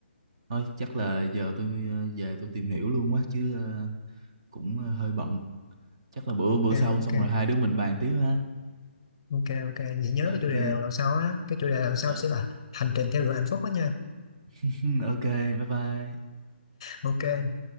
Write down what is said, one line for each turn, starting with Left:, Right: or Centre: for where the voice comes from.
Right: Thôi chắc là giờ tôi ờ, về tôi tìm hiểu luôn quá chứ ờ, cũng ờ, hơi bận. Chắc là bữa bữa
Left: ok
Right: sau xong rồi hai đứa mình bàn tiếp ha.
Left: Ok ok vậy nhớ
Right: Ok,
Left: cái chủ đề lần sau á cái chủ đề lần sau
Right: ờ,
Left: sẽ là hành trình theo đuổi hạnh phúc đó nha
Right: <laughs> ok, bye bye.
Left: ok